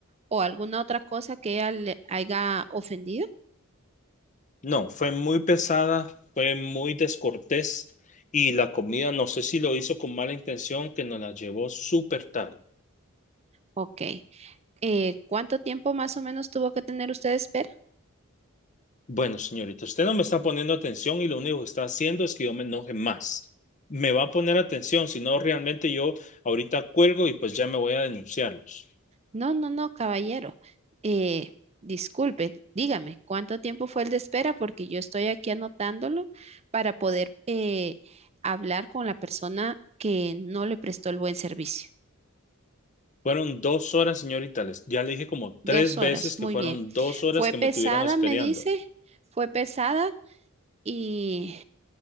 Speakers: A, on the right (about 30°); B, on the left (about 35°).
A: o alguna otra cosa que ella le haya ofendido?
B: No, fue muy pesada, fue muy descortés y la comida, no sé si lo hizo con mala intención, que nos la llevó súper tarde.
A: Ok. Eh, ¿cuánto tiempo más o menos tuvo que tener usted de espera?
B: Bueno, señorita, usted no me está poniendo atención y lo único que está haciendo es que yo me enoje más. Me va a poner atención, si no, realmente yo ahorita cuelgo y pues ya me voy a denunciarlos.
A: No, no, no, caballero. Eh, disculpe, dígame, ¿cuánto tiempo fue el de espera? Porque yo estoy aquí anotándolo para poder eh, hablar con la persona que no le prestó el buen servicio.
B: Fueron dos horas, señorita, les, ya le dije como tres
A: Dos
B: veces
A: horas,
B: que
A: muy
B: fueron
A: bien.
B: dos horas
A: Fue
B: que
A: pesada,
B: me tuvieron esperando.
A: me dice, fue pesada y